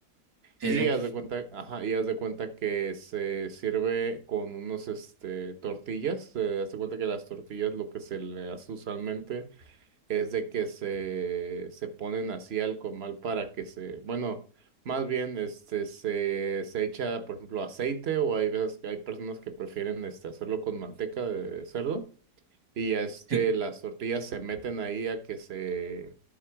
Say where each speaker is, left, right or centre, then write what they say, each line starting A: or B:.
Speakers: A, on the right; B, on the right.
A: Sí,
B: y
A: sí.
B: haz de cuenta, ajá, y haz de cuenta que se sirve con unos este tortillas. eh, haz de cuenta que las tortillas lo que se le hace usualmente es de que se, se ponen así al comal para que se, bueno, más bien este se, se echa, por ejemplo, aceite, o hay veces que hay personas que prefieren este hacerlo con manteca de cerdo y ya este,
A: Sí.
B: las tortillas se meten ahí a que se,